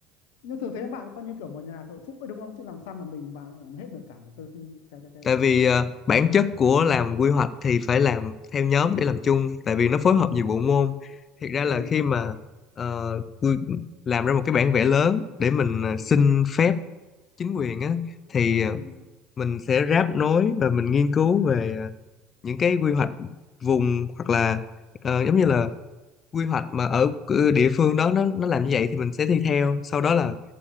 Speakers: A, on the left (about 75°); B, on the left (about 40°).
A: nhưng thường thế bạn coi như kiểu một nhà thờ phụ ấy đúng không? Chứ làm sao mà mình bạn làm hết được cả một cái cái cái, cái
B: tại vì
A: dự án
B: ờ,
A: lớn.
B: bản chất của làm quy hoạch thì phải làm theo nhóm để làm chung tại vì nó phối hợp nhiều bộ môn thiệt ra
A: Ừ.
B: là khi mà ờ, quy- làm ra một cái bản vẽ lớn để mình ờ,
A: Ừ.
B: xin phép chính quyền á thì ờ,
A: Ừ.
B: mình sẽ ráp nối và mình nghiên cứu về ờ, những cái quy hoạch vùng hoặc là ờ, giống như là quy hoạch mà ở c- địa phương đó nó nó làm như vậy thì mình sẽ thi theo sau đó là